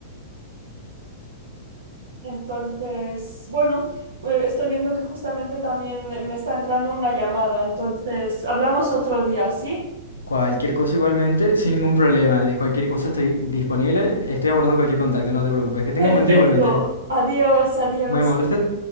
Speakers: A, on the right; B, on the left.
A: Entonces, bueno, eh, estoy viendo que justamente también me está entrando una llamada, entonces hablamos otro día, ¿sí?
B: Cualquier cosa igualmente, sin ningún problema, de cualquier cosa estoy disponible, estoy abordando cualquier contacto, no te preocupes. Que tengas
A: Perfecto,
B: buen día igualmente.
A: adiós, adiós.
B: Muy amable usted.